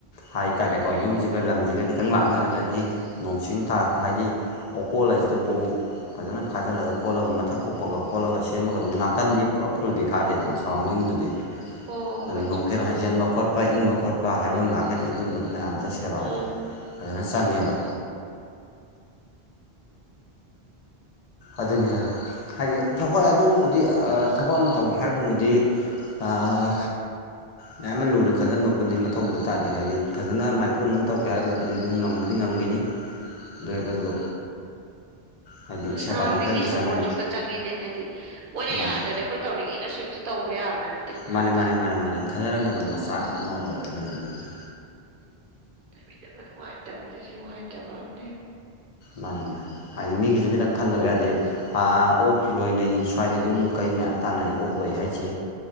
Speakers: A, on the left (about 55°); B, on the right (about 60°).
A: ꯍꯥꯏ ꯇꯔꯦꯀꯣ ꯌꯨꯝꯁꯤꯒ ꯂꯝꯁꯤꯒ ꯈꯤꯇꯪ ꯂꯥꯞꯅꯔꯒꯗꯤ ꯅꯣꯡꯁꯤꯡ ꯊꯥꯔꯛꯄ ꯍꯥꯏꯗꯤ ꯑꯣꯀꯣꯜ ꯍꯥꯏꯁꯤꯗꯕꯨ ꯐꯖꯅ ꯈꯥꯖꯤꯜꯂꯒ ꯈꯣꯠꯂꯒ ꯃꯊꯛ ꯀꯨꯞꯄꯒ ꯈꯣꯠꯂꯒ ꯁꯦꯝꯃꯒꯁꯨ ꯅꯥꯀꯟꯗꯤ ꯄꯨꯔꯥ ꯐꯨꯜꯗꯤ ꯈꯥꯗꯦꯗꯅ ꯑꯗꯨꯅ ꯁꯔꯥꯎꯟꯗꯤꯡꯗꯨꯗꯤ
B: ꯍꯣꯏ ꯍꯣꯏ
A: ꯑꯗꯨꯅ
B: ꯍꯣꯏ
A: ꯅꯣꯡꯐꯦꯜ
B: ꯆꯨꯝꯃꯤ ꯆꯨꯝꯃꯤ
A: ꯍꯥꯢꯖꯦꯟꯕ ꯈꯣꯠꯄ ꯏꯪꯕ ꯈꯣꯠꯄ ꯍꯥꯏꯕ ꯑꯃ ꯂꯥꯛꯀꯅꯤ ꯑꯗꯨꯝꯕ ꯃꯌꯥꯝꯗꯨ ꯁꯦꯕꯥꯁꯦ
B: ꯎꯝ
A: ꯐꯖꯅ ꯆꯪꯉꯦꯕ ꯑꯗꯨꯅꯤꯗ ꯍꯥꯏꯗꯤ ꯊꯥ ꯑꯗꯨꯕꯨꯗꯤ ꯊꯕꯛ ꯑꯃ ꯇꯧꯒꯦ ꯍꯥꯏꯔꯒꯕꯨꯗꯤ ꯑꯥ ꯃꯌꯥꯝ ꯑꯃ ꯂꯨꯅ ꯈꯟꯖꯟꯕꯕꯨꯗꯤ ꯃꯊꯧꯕꯨꯗꯤ ꯇꯥꯗꯦ ꯍꯥꯏꯗꯤ ꯐꯖꯅ ꯃꯥꯏꯄꯨꯅꯅ ꯇꯧꯒꯦ ꯍꯥꯏꯔꯒ ꯑꯗꯨꯩ ꯑꯗꯨꯝ ꯉꯝꯕꯗꯤ ꯉꯝꯈꯤꯅꯤ ꯑꯗꯨ ꯑꯣꯏꯔꯒꯁꯨ ꯍꯥꯏꯗꯤ ꯁꯦꯕꯥꯗꯤ
B: ꯁꯔꯥꯎꯟꯗꯤꯡꯒꯤ
A: ꯈꯔꯗꯤ ꯆꯪꯉꯅꯤ
B: ꯁꯞꯄꯣꯔꯠꯁꯨ ꯈꯔ ꯆꯪꯉꯤꯅꯦ ꯍꯥꯏꯗꯤ ꯃꯣꯏꯅ
A: ꯃꯥꯅꯤ
B: ꯌꯥꯗ꯭ꯔꯦ ꯍꯣꯏ ꯇꯧꯅꯤꯡꯉꯦꯅ ꯁꯁꯨ ꯍꯦꯛꯇ ꯇꯧꯕ ꯌꯥꯕꯅ
A: ꯃꯥꯅꯦ ꯃꯥꯅꯦ ꯃꯥꯅꯦ ꯃꯥꯅꯦ ꯈꯟꯅꯔꯛꯅꯕ ꯃꯆꯥꯛ ꯑꯃ ꯑꯣꯏꯔꯛꯀꯗꯣꯏꯅꯤ ꯑꯗꯨꯒꯤ
B: ꯂꯩꯕꯤꯅꯕ ꯅꯨꯡꯉꯥꯏꯇꯕꯁꯤꯁꯨ ꯅꯨꯡꯉꯥꯏꯇꯕ ꯑꯅꯦ
A: ꯃꯥꯅꯦ ꯃꯥ ꯍꯥꯏꯗꯤ ꯃꯤꯦꯒꯤꯁꯨ ꯈꯤꯇꯪ ꯈꯥꯟꯖꯕ ꯌꯥ ꯑꯗꯗꯤ ꯍꯥ ꯑꯣꯛ ꯂꯣꯏꯅꯩ ꯁ꯭ꯋꯥꯏꯗ ꯌꯨꯝ ꯀꯩ ꯃꯌꯥꯝ ꯇꯥꯟꯅꯩ ꯑꯣꯛꯂꯣꯏ ꯍꯥꯏꯁꯦ